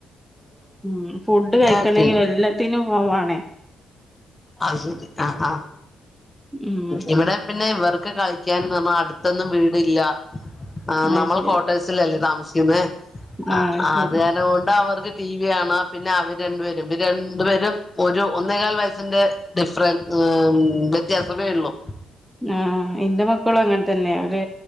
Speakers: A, in the centre; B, on the left (about 25°).
A: ഉം ഫുഡ് കഴിക്കണെങ്കി
B: ഏ പിന്നെ
A: എല്ലാത്തിനും ഫോൺ വാണേ
B: അത് ശരി ആ ആ
A: ഉം
B: ഇവടെ പിന്നെ ഇവ കക്ക് കളിക്കാൻ നമ്മെ അടുത്തൊന്നും വീടില്ല ആ
A: അത്
B: നമ്മൾ
A: ശരി
B: കോട്ടേഴ്സ് ലല്ലേ താമസി <unintelligible> ആ
A: ആഹ് ശരി
B: അത് കാരണം കൊണ്ടാ അവർക്ക് ടി വി കാണാ പിന്നെ അവര് രണ്ടുപേരും ഇവര് രണ്ടുപേരും ഒരു ഒന്നേകാൽ വയസ്സിന്റെ ഡിഫറൻസ് ഏ വ്യത്യാസമേ ഉള്ളൂ
A: ആ ഇന്റെ മക്കളും അങ്ങനെ തന്നെ അവര്